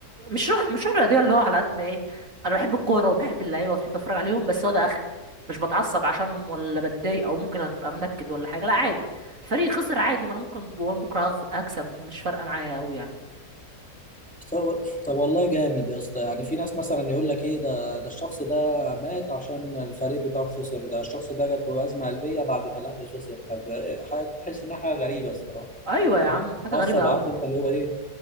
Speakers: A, on the right (about 55°); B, in the centre.
A: مش روح مش روح رياضيه اللي هو على قد ما ايه انا بحب الكوره وبحب اللعيبه وبحب اتفرج عليهم بس هو ده اخري مش بتعصب عشانهم ولا بتضايق او ممكن ابقى منكد ولا حاجه لا عادي الفريق خسر عادي ما انا ممكن بكره هخ- هكسب مش فارقه معايا قوي يعني
B: طب طب والله جامد يا اسطى يعني في ناس مثلا يقول لك ايه ده ده الشخص ده مات عشان الفريق بتاعه خسر ده الشخص ده جات له ازمه قلبيه بعد ما الاهلي خسر طب إيه، حاجة- تحس انها حاجه غريبه الصراحه
A: ايوه يا عم حاجه
B: معصب
A: غريبه قوي
B: عارف انت اللي هو ايه